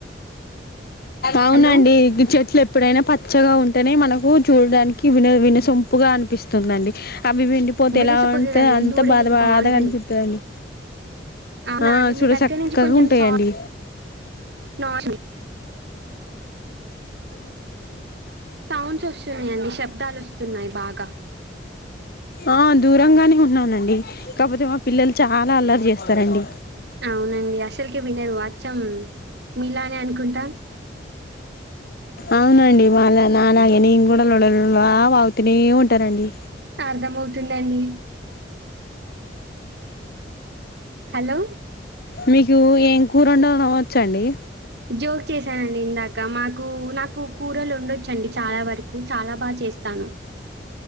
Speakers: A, on the left; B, on the right.
A: అవును
B: హలో!
A: అండి ఈ చెట్లు ఎప్ ఎప్పుడైనా పచ్చగా ఉంటేనే మనకు చూడ్డానికి విన వినసొంపుగా అనిపిస్తుందిఅండి అవి వెండిపోతే
B: వినసొంపుగా
A: ఎలా అంతే
B: కదండీ
A: అంతా
B: చూడనీకి
A: బాధ బాధ
B: బావుంటది.
A: కనిపిస్తుందన్డి
B: అవునా
A: ఆ
B: అండి?
A: చూడా
B: మీ దగ్గర
A: చక్కగా
B: నుంచి కొంచెం
A: ఉంటాయన్డి
B: సౌండ్ నాయిస్ సౌండ్స్ వచ్చ అన్ని శబ్దాలు వస్తు న్నాయి బాగా
A: ఆ దూరంగానే ఉన్నానండి కాకపోతే మా పిల్లలు చాలా అల్లరి చేస్తారండి
B: అవునండి అసలుకే వినరు అచ్చం మీలానే అనుకుంటా
A: అవునండి మాలా నా అలాగే నే కూడా లోడ లోడ్ వాగుతూనే ఉంటానండి
B: అర్థంమవుతుందండి హలో
A: మీకు ఏం కూర ఉండ అవచ్చండి
B: జోక్ చేశానండి ఇందాక మాకు నాకు కూరలు ఉండొచ్చండి చాలా వరకు చాలా బాగా చేస్తాను